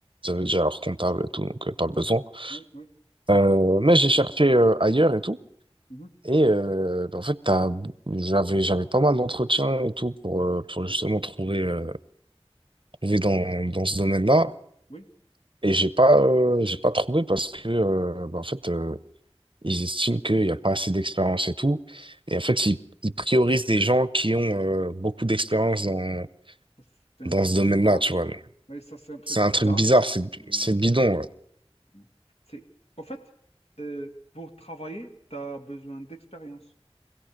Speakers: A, on the right; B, on the left.
A: ils avaient
B: Oui,
A: déjà leur comptable et tout, donc euh, pas besoin.
B: oui, oui. oui.
A: Euh, mais j'ai cherché euh, ailleurs et tout.
B: Mhm.
A: Et euh, bah, en fait, t'as- j'avais, j'avais pas mal d'entretiens et tout pour, euh, pour
B: C'est bien.
A: justement trouver, euh, trouver
B: Mhm.
A: dans, dans ce domaine-là.
B: Oui,
A: Et j'ai pas, euh, j'ai pas trouvé parce que, euh, bah, en fait, euh, ils estiment qu'il n'y a pas assez d'expérience et tout. Et en fait, ils, ils priorisent des gens qui ont euh, beaucoup d'expérience dans,
B: ça, c'est un
A: dans
B: truc
A: ce domaine-là,
B: bizarre.
A: tu vois.
B: Oui, ça, c'est un truc
A: C'est un
B: bizarre.
A: truc bizarre, c'est
B: Voilà.
A: c'est bidon. ouais.
B: Bon. C'est, au fait, euh, pour travailler, tu as besoin d'expérience.